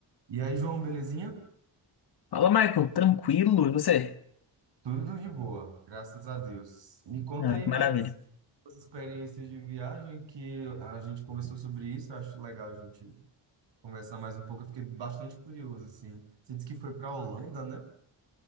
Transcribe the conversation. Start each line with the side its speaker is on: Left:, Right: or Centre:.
Right: E aí, João, belezinha?
Left: Fala, Michael, tranquilo? E você?
Right: Tudo de boa, graças a Deus. Me conta
Left: Ah,
Right: aí
Left: que
Right: mais
Left: maravilha.
Right: as experiências de viagem que a gente conversou sobre isso, acho legal a gente conversar mais um pouco. Eu fiquei bastante curioso, assim. Você disse que foi para a Holanda, né?